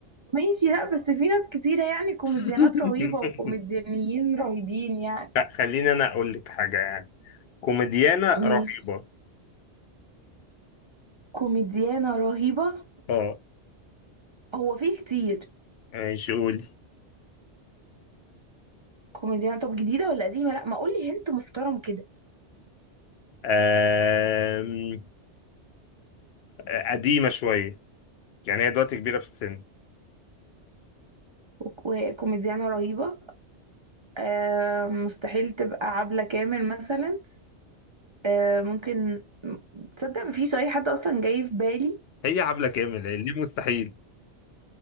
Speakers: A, on the right; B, on the left.
A: ماشي لا بس في ناس كتيرة يعني كوميديانات
B: <laughs>
A: رهيبة وكوميديانيين رهيبين يعني
B: لا خليني انا اقول لك حاجة يعني كوميديانة رهيبة
A: ماشي كوميديانة رهيبة
B: اه
A: هو فيه كتير
B: ماشي قولي
A: كوميديانة طب جديدة ولا قديمة لا ما قولي هنت محترم كده
B: آم، آه قديمة شوية يعني هي دلوقتي كبيرة في السن
A: وكوميديانة رهيبة آه مستحيل تبقى عبلة كامل مثلا آه ممكن تصدق مفيش أي حد أصلا جاي في بالي
B: هي عبلة كامل ليه مستحيل